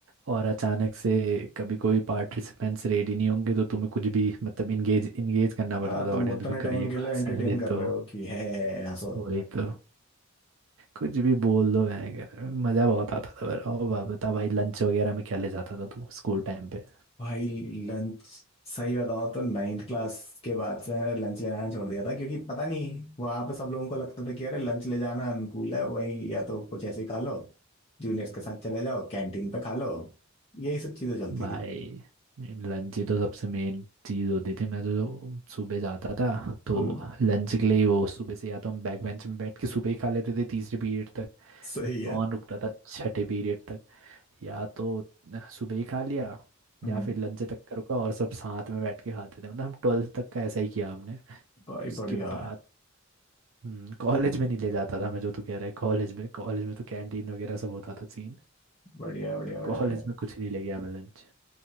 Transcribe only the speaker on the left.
हाँ
तुम
उतने
टाइम
के लिए
एंटरटेन
कर
रहे हो कि है हंसो
भाई लंच सही बताओ तो नाइन्थ क्लास के बाद से लंच ले जाना छोड़ दिया था क्योंकि पता नहीं वहां पे सब लोगों को लगता था कि अरे लंच ले जाना अनुकूल है वही या तो कुछ ऐसे ही खा लो जूनियर्स के साथ चले जाओ कैंटीन पे खा लो यही सब चीजें चलती
थी
हम्म
सही है
हम्म
भाई
बढ़िया
बढ़िया बढ़िया बढ़िया
बढ़िया